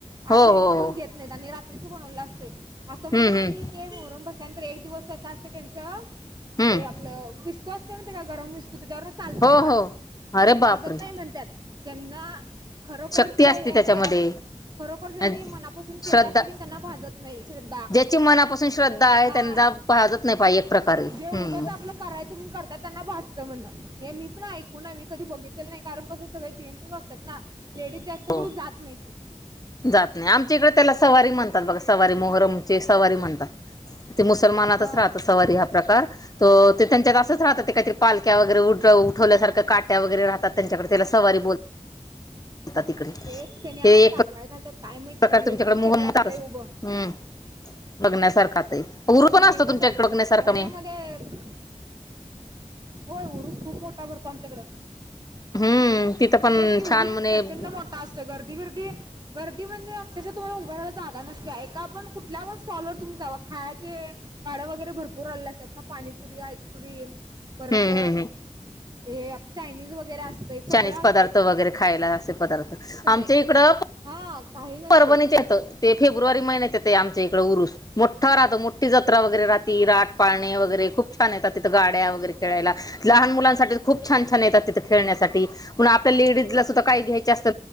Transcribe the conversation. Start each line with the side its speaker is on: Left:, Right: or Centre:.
Left: हो
Right: आत लेडीज
Left: हो हो
Right: कोण घेत नाहीत आणि रात्रीचा बनवलेला असतय असं म्हणजे
Left: हम्म हम्म
Right: की ते मोहरम बसत त्यानंतर एक दिवस त असत त्यांच
Left: हम्म
Right: ते आपलं विस्तव असतो नाही का गरम विस्तव त्याच्यावर चालतात
Left: हो
Right: माणसं
Left: हो अरे
Right: भाजत
Left: बापरे
Right: नाही म्हणतात ज्यांना खरोखरच
Left: शक्ती असते
Right: या
Left: त्याच्यामध्ये
Right: देवाच्या खरोखर त्यांनी
Left: अन-
Right: मनापासून केला
Left: श्रद्धा
Right: असेल त्यांना भाजत नाही श्रद्धा
Left: ज्याची मनापासून श्रद्धा आहे
Right: हा
Left: त्यांना भाजत नाही पाहि एक प्रकारे
Right: जे
Left: हम्म
Right: उगाच आपलं कराया करायचं म्हणून करत्यात त्यांना भाजत म्हण हे मी पण ऐकून आहे कधी बघितलेलं नाही कारण कसे सगळे जेंट्स असतात ना लेडीज जास्त
Left: हो
Right: करून जात नाही मी
Left: जात नाही आमच्या इकडे त्याला सवारी म्हणतात बघा सवारी मोहरमची सवारी म्हणतात ते मुसलमानातच
Right: हा
Left: राहत सवारी हा प्रकार तो त्यांच्यात असंच राहतात ते काहीतरी पालक्या वगैरे उड हो उठवल्यासारखं काट्या वगैरे राहतात त्याच्या त्याला सवारी बोलता आता तिकडे
Right: तेच त्याने आत
Left: हे एकच
Right: काय काय घालतात काय माहित
Left: प्रकार
Right: पण लय
Left: तुमच्याकडे
Right: छान
Left: मोहरम
Right: केलेलं असतंय
Left: ह
Right: उभं
Left: बघण्यासारखाच आहे हुरुप
Right: आणि
Left: पण असतो
Right: कसा
Left: तुमच्या
Right: अं,
Left: इकडे बघण्यासारखं
Right: ह्याच्यामध्ये
Left: नाही
Right: होय उरूस खूप मोठा भरतो आमच्याकडं
Left: हम्म तिथं पण
Right: तेच की
Left: छान
Right: उरुस
Left: म्हणे
Right: प्रचंड
Left: हम्म
Right: मोठा असतो गर्दी बिर्दी गर्दी म्हणजे अक्षरश तुम्हाला उभरायला जागा नसत्या एका आपण कुठल्या पण स्टॉलवर तुम्ही जा खायाच्या गाडे वगैरे भरपूर आलेले असतात ना पाणीपुरी आईस्क्रीम परत
Left: हम्म हम्म हम्म
Right: हे चायनीज वगैरे असतय सगळं
Left: चायनीज पदार्थ
Right: असत
Left: वगैरे खायला असे पदार्थ आमच्या
Right: नाही
Left: इकडं
Right: हा काही नसते
Left: परभणीचे येतं ते फेब्रुवारी महिन्यात येत ते आमच्या इकड उरुस राहतो मोठी जत्रा वगैरे राहती राट पाळणे वगैरे खूप छान येतात तिथं गाड्या वगैरे खेळायला लहान मुलांच खूप छान छान येतात तिथे खेळण्यासाठीण आपल्या लेडीजला सुद्धा काय घ्यायचे असत